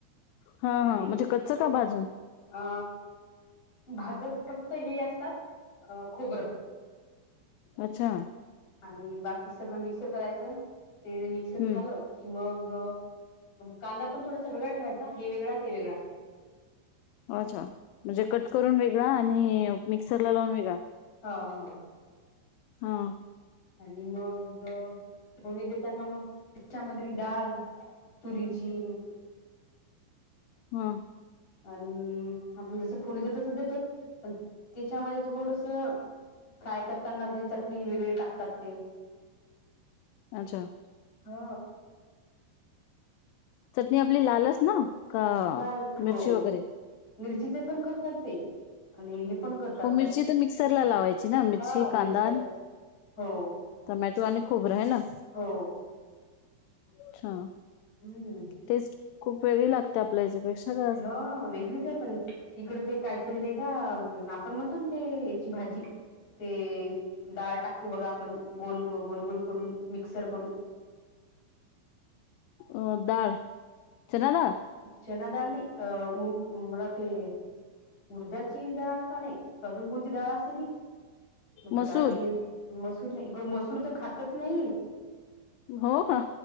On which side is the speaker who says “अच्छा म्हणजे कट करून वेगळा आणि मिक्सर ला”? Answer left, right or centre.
Left